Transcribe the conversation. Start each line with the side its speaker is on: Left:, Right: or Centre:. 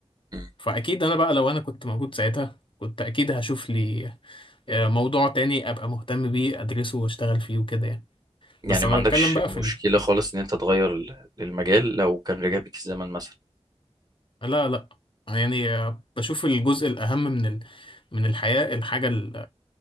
Right: مم.
Left: فاكيد انا بقى لو انا كنت موجود ساعتها كنت اكيد هشوف لي آه، موضوع تاني ابقى مهتم بيه ادرسه واشتغل فيه وكده يعني
Right: يعني
Left: بس
Right: ما
Left: انا
Right: عندكش
Left: بتكلم بقى
Right: مشكلة
Left: في ال...
Right: خالص ان انت تغير ال- المجال لو كان رجع بيك الزمن مثلا
Left: لا لا يعني آه، بشوف الجزء الاهم من ال... من الحياة الحاجة ال...